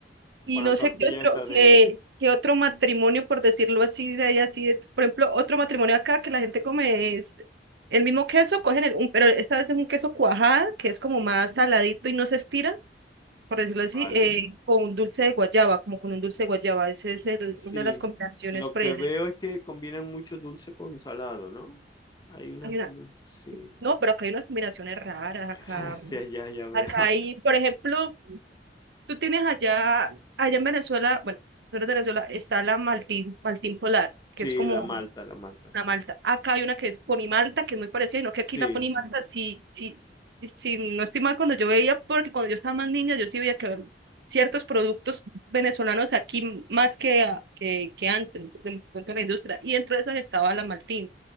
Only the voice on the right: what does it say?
Y
no
sé qué otro,
qué,
qué otro matrimonio, por decirlo así, de ahí así, de- por ejemplo, otro matrimonio acá que la gente come es el mismo queso, cogen el, un, pero esta vez es un queso cuajada, que es como más saladito y no se estira, por decirlo así,
eh, con un dulce de guayaba, como con un dulce de guayaba. Ese es el,
una de las combinaciones
predilectas.
Hay una-
no, pero acá hay unas combinaciones raras, acá,
acá hay, por ejemplo, Tú tienes allá, allá en Venezuela, bueno, tú eres de Venezuela, está la Maltín, Maltín Polar, que
es como
la Malta. Acá hay una que es Ponimalta, que es muy parecida, no que aquí
la Ponimalta, sí, sí, sí, no estoy mal cuando yo veía, porque cuando yo estaba más niña, yo sí veía que habían ciertos productos venezolanos aquí más que, a- que, que antes, de, de la industria, y entre esas estaba la Maltín